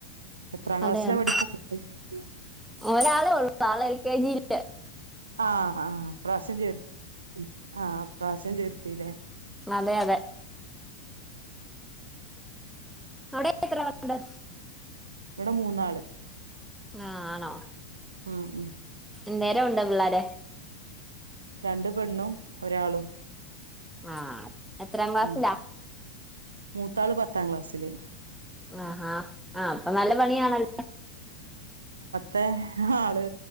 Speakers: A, on the right; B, in the centre.
A: എത്രാം
B: അതെ
A: ക്ലാസ്സിലാ
B: അതെ
A: പഠിക്ക
B: ഒരാളേ ഉള്ളൂ ആള് എൽ കെ ജി ല
A: ആഹ് ആഹ് ഇപ്രാവശ്യം ചേർത്തി ആ ഇപ്രാവശ്യം ചേർ ത്തിലെ
B: അതെ അതെ അവിടെ എത്ര മക്കള്
A: ഇവിടെ മൂന്നാള്
B: ആഹ് ആണോ
A: ഉം ഉം
B: എന്തേരം ഉണ്ട് പിള്ളേര
A: രണ്ടു പെണ്ണും ഒരാണും
B: ആഹ് എത്രാം ക്ലാസിലാ
A: ഉം മൂത്താള് പത്താം ക്ലാസ്സില്
B: ആഹഹാ ആഹ് അപ്പൊ നല്ല പണിയാണല്ലോ
A: തെ ആള്